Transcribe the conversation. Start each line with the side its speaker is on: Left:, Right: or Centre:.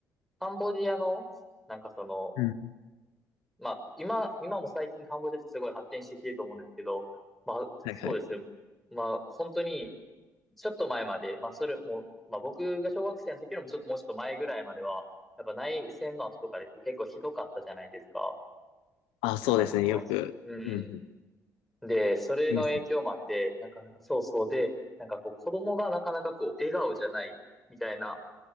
Centre: カンボジアの、なんかその、
Left: うん。
Centre: まあ、今、今も最近カンボジアってすごい発展してきてると思うんですけど、まあ、
Left: はいはい。
Centre: そうですね。まあ、本当に、ちょっと前まで、まあ、それも、まあ、僕が小学生の時よりもちょっと、もうちょっと前ぐらいまでは、やっぱ内戦の後とかでこう結構ひどかったじゃないですか。
Left: あ、そうですね。
Centre: なかなか。
Left: よく。
Centre: うん
Left: うんうん。
Centre: うん。で、それの影響もあって、
Left: ニュース。
Centre: なかなかそうそうで、なんかこう、子供がなかなかこう、笑顔じゃないみたいな